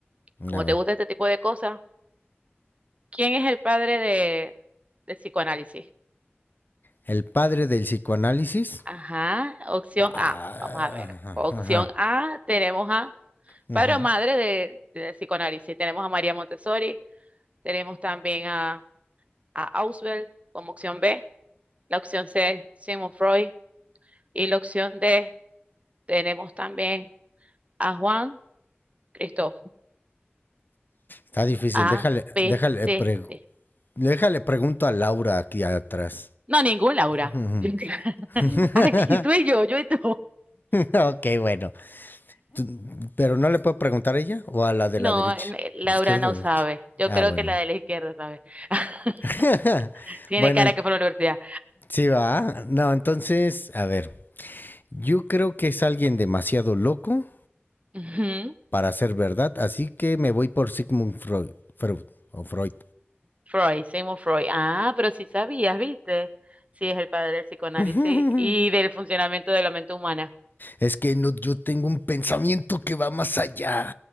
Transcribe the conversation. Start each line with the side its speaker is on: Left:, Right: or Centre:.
Right: Como
Left: A ver.
Right: te gusta este tipo de cosas, ¿quién es el padre de, del psicoanálisis?
Left: El padre del psicoanálisis.
Right: Ajá, opción
Left: Ah,
Right: A. Vamos a ver.
Left: ajá,
Right: Opción
Left: ajá.
Right: A, tenemos a
Left: Ujú.
Right: padre o madre de, de psicoanálisis. Tenemos a María Montessori, tenemos también a, a Auswell como opción B. La opción C, Sigmund Freud. Y la opción D, tenemos también a Juan Cristóbal.
Left: Está difícil.
Right: A,
Left: Déjale,
Right: B,
Left: déjale,
Right: C,
Left: pre-
Right: D.
Left: déjale pregunto a Laura aquí atrás.
Right: No, ningún Laura.
Left: Ujú.
Right: <laughs>
Left: <laughs>
Right: Aquí tú y yo, yo y tú.
Left: ok, bueno. Tú- Pero no le puedo preguntar a ella o a la de
Right: No,
Left: la derecha.
Right: n- Laura
Left: Izquierda
Right: no
Left: o derecha.
Right: sabe. Yo
Left: Ah,
Right: creo
Left: bueno.
Right: que la de la izquierda sabe. <laughs>
Left: <laughs>
Right: Tiene
Left: bueno,
Right: cara
Left: en-
Right: que fue a la universidad.
Left: sí va. No, entonces, a ver. Yo creo que es alguien demasiado loco
Right: Ujú.
Left: para ser verdad, así que me voy por Sigmund Freud. Freud o Freud.
Right: Freud, Sigmund Freud. Ah, pero sí sabías, ¿viste? Sí, es el padre del psicoanálisis
Left: <laughs>
Right: y del funcionamiento de la mente humana.
Left: Es que no, yo tengo un pensamiento que va más allá.